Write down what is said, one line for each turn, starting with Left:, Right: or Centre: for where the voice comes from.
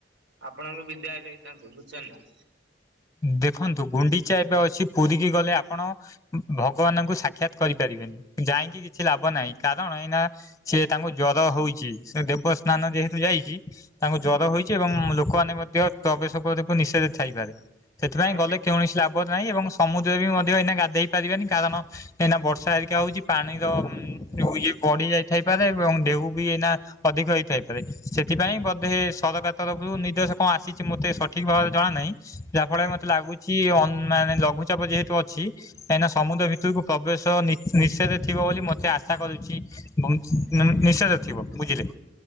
Right: ଆପଣ ଙ୍କୁ ବିଦାୟ ଦେଇଥାନ୍ତୁ, ବୁଝୁଛନ୍ତି ନାଁ।
Left: ଦେଖନ୍ତୁ ଗୁଣ୍ଡିଚା ଏବେ ଅଛି ପୁରୀ କିି ଗଲେ ଆପଣ, ଭଗବାନଙ୍କୁ ସା ସାକ୍ଷାତ୍ କରି ପାରିବେନି, ଯାଇଁକି କିଛି ଲାଭ ନାହିଁ। କାରଣ ଏଇନା ସିଏ ତାଙ୍କୁ ଜର ହଉଛି, ସେ ଦେବସ୍ନାନ ଯେହେତୁ ଯାଇଛି। ତାଙ୍କୁ ଜ୍ୱର ହୋଇଛି ଏବଂ ଲୋକମାନେ ମଧ୍ୟ ତବେଶକୁ ନିଷେଧ ଥାଇପାରେ। ସେଥିପାଇଁ
Right: ଆଜ୍ଞା
Left: ଗଲେ କେଉଁଣସି ଲାଭ ନାହିଁ। ଏବଂ ସମୁଦ୍ରରେ ବି ମଧ୍ୟ ଏଇନା ଗାଧେଇ ପାରିବାନି କାଲଣ କାଇଁ ନା ବର୍ଷା ହେରିକା ହଉଛି। ପାଣିର ଉଁ ଯୋଉ ଇଏ ବଢି ଯାଇଥାଇ ପାରେ? ଏବଂ ଢ଼େଉ ବି ଏଇନା ଅଧିକ ହେଇ ଥାଇପାରେ ସେଥିପାଇଁ ବଧେ ସରକାର ତରଫରୁ ନିର୍ଦ୍ଦେଶ କଣ ଆସିଛି। ମୋତେ ସଠିକ୍ ଭାବରେ ଜଣା ନାହିଁ। ଯା ଫଳରେ,
Right: ଆଜ୍ଞା
Left: ମତେ ଲାଗୁଛି ଅ ମାନେ ଲଘୁଚାପ ଯେହେତୁ ଅଛି। କାଇଁ ନା, ସମୁଦ୍ର ଭିତରକୁ ପ୍ରବେଶ ନି ନିଷେଧ ଥିବ ବୋଲି, ମତେ ଆଶା କରୁଛି। ଏବଂ, ନି-ନିଷେଧ
Right: ଆଜ୍ଞା
Left: ଥିବେ ବୁଝିଲେ।